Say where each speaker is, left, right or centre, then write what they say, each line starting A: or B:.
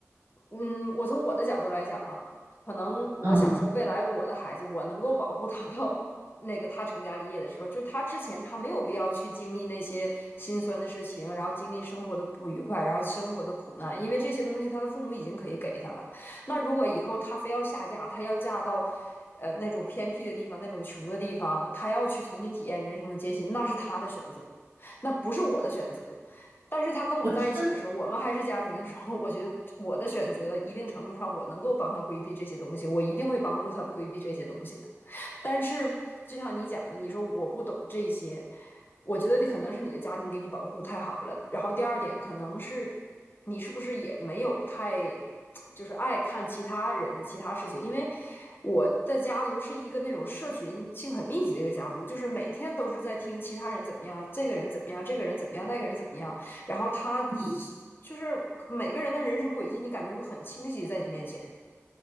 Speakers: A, on the left; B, on the right.
A: 嗯，我从我的角度来讲嘛，可能我想说，
B: 嗯，
A: 未来我的孩子，我能够保护他 <laughs> 到那个他成家立业的时候，就是他之前他没有必要去经历那些心酸的事情，然后经历生活的不愉快，然后生活的苦难，因为这些东西他的父母已经可以给他了。那如果以后他非要下嫁，他要嫁到。呃，那种偏僻的地方，那种穷的地方，他要去重新体验人生的艰辛，那是他的选择，那不是我的选择。但是他跟我在一起的时候，
B: 我知道，
A: 我们还是家庭的时候，<laughs> 我觉得我的选择一定程度上我能够帮他规避这些东西，我一定会帮助他规避这些东西的。但是就像你讲的，你说我不懂这些，我觉得你可能是你的家庭给你保护太好了。然后第二点，可能是你是不是也没有太就是爱看其他人的其他事情？因为我的家族是一个那种社群性很密集的一个家族，就是每天都是在听其他人怎么样，这个人怎么样，这个人怎么样，那个人怎么样，然后他
B: 嗯
A: 就是每个人的人生轨迹，你感觉会很清晰在你面前。